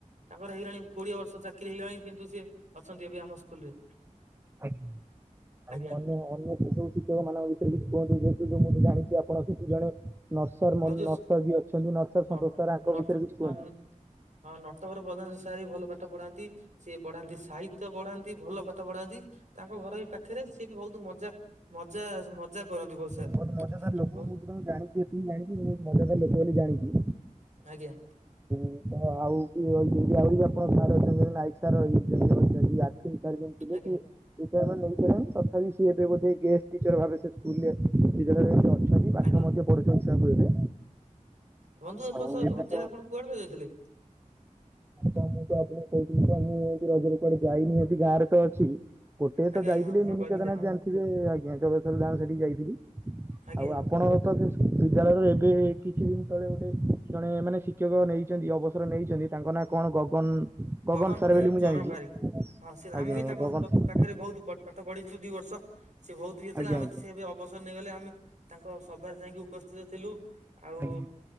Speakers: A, on the right (about 60°); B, on the right (about 15°).
A: ତାଙ୍କର ହେଇଗଣି କୋଡିଏ ବର୍ଷ ଚାକିରି ହେଇଗଲାଣି କିନ୍ତୁ ସେ ଅଛନ୍ତି ଏବେ ଆମ ସ୍କୁଲରେ।
B: ଆଜ୍ଞା,
A: ଆଜ୍ଞା
B: ଆଉ ଅନ୍ୟ ଅନ୍ୟ ଯୋଉ ଶିକ୍ଷକ ମାନଙ୍କ ଭିତରେ କିଛି କୁହନ୍ତୁ। ଯେହେତୁ ମୁଁ ଜାଣିଛି ଆପଣ ସେଠି ଜଣେ ନର୍ସର
A: ଆଉ
B: ମନ୍,
A: ଯୋଉ
B: ନର୍ସର ବି ଅଛନ୍ତି ନର୍ସର
A: ନ
B: ସନ୍ତୋଷ ସାର୍ ତାଙ୍କ
A: ନ
B: ବିଷୟରେ କିଛି
A: ହଁ
B: କୁହନ୍ତୁ?
A: ହଁ, ନଟଵର ପ୍ରଧାନ ସାର୍ ବି ଭଲ ପାଠ ପଢାନ୍ତି। ସିଏ ପଢାନ୍ତି ସାହିତ୍ୟ ପଢାନ୍ତି ଭଲ ପାଠ ପଢାନ୍ତି। ତାଙ୍କ ଘର ଏଇ ପାଖରେ। ସିଏ ବି ବହୁତ ମଜା, ମଜା ମଜା କରନ୍ତି ବହୁତ ସାର୍।
B: ବହୁତ ମଜାଦାର ଲୋକ
A: ବହୁତ
B: ମୁଁ ତ ତାକୁ ଜାଣିଛି ଏଥିି ଜାଣିଛି ବହୁତ ମଜାଦାର ଲୋକ ବୋଲି ଜଣିଛି।
A: ଆଜ୍ଞା।
B: ଆଉ କିଏ ରହିଛନ୍ତି ଆହୁରି ବି ଆପଣଙ୍କ ସାର୍ ଅଛନ୍ତି ନାଇକ ସାର୍ ରହି ରଛନ୍ତି ଆ ଚାରି ଜଣ ଥିଲେ
A: ଆଜ୍ଞା
B: ସେ ରିଟାର୍ଡ ମେଣ୍ଟ ନେଇସାରିଲେଣି, ତଥାପି ସିଏ ଏବେ ବୋଧେ ଗେଷ୍ଟ ଟିଚର ଭାବେ ସ୍କୁଲ ରେ ବିଦ୍ୟାଳୟରେ ଏବେ ଅଛନ୍ତି ପାଠ
A: ଆଜ୍ଞା
B: ମଧ୍ୟ ପଢୁଛନ୍ତି ସବୁ ଏବେ।
A: ବନ୍ଧୁ ଏ
B: ଆଉ
A: ବର୍ଷ
B: ଏବେ
A: ରଜରେ
B: ତ
A: ଆପଣ କୁଆଡେ ପଳାଇଯାଇଥିଲେ?
B: ତ ମୁଁ ତ ଆପଣଙ୍କୁ କରିଥିଲି, ତ ମୁଁ ଏ ରଜରେ କୁଆଡେ ଯାଇନି ଏଠି ଗାଁରେ ତ ଅଛି। ଗୋଟେ
A: ଆଜ୍ଞା
B: ତ ଯାଇଥିଲି
A: ଆଜ୍ଞା ଆପଣ
B: ମିନି
A: କହିଥିଲେ
B: କେଦାରନାଥ
A: ହଁ
B: ଜାଣିଥିବେ? ଆଜ୍ଞା ଜଗେଶ୍ୱର ଧାମ ସେଠି ଯାଇଥିଲି।
A: ଆଜ୍ଞା
B: ଆଉ ଆପଣ ତ ସେ ବିଦ୍ୟାଳୟରେ ଏବେ କିଛି ଦିନ ତଳେ ଗୋଟେ ଜଣେ ମାନେ ଶିକ୍ଷକ ନେଇଛନ୍ତି ଅବସର ନେଇଛନ୍ତି। ତାଙ୍କ ନାଁ କଣ ଗଗନ?
A: ଗଗନ
B: ସାର୍ ବୋଲି ମୁଁ
A: ଚରଣ
B: ଜାଣିଛି।
A: ଵାରିକ ହଁ ସେ
B: ଆଜ୍ଞା
A: ଆମେ ବି
B: ଆଜ୍ଞା
A: ତାଙ୍କ
B: ଗଗନ ସାର୍
A: ପାଖରେ ବହୁତ ପାଠ ପଢିଛୁ ଦୁଇ ବର୍ଷ। ସେ ବହୁତ ଇଏ ଥିଲା
B: ଆଜ୍ଞା
A: ଆମେ
B: ଆଜ୍ଞା
A: ସେ
B: ଆଜ୍ଞା
A: ଅବସର ନେଇଗଲେ ଆମେ ତାଙ୍କ ସଭାରେ ଯାଇକି ଉପସ୍ଥିତ ଥିଲୁ। ଆଉ
B: ଆଜ୍ଞା